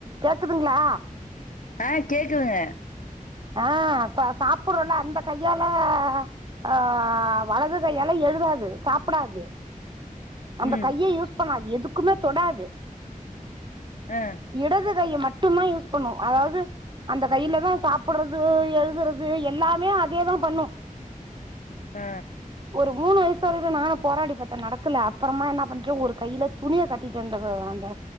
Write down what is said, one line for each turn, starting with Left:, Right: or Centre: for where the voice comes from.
Right: க்குதுங்களா
Left: ஆ, கேக்குங்க
Right: ஆ, சா சாப்புட்றோல அந்த கையால அ வலது கையால எழுதாது சாப்புடாது அந்த
Left: ம்
Right: கைய யூஸ் பண்ணாது எதுக்குமே தொடாது
Left: ஆ
Right: இடது கை மட் டுந்தா யூஸ் பண்ணு அதாவது அந்த கையிலதா சாப்புட்றது எழுதுறது எல்லாமே அதேதா பண்ணு
Left: அ
Right: ஒரு மூணு வயசு வரையில நானு போராடி பாத்த நடக்கல அப்புறமா என்ன பண்ட்டே ஒரு கையில துணிய கட்டிட்ட இந்த அந்த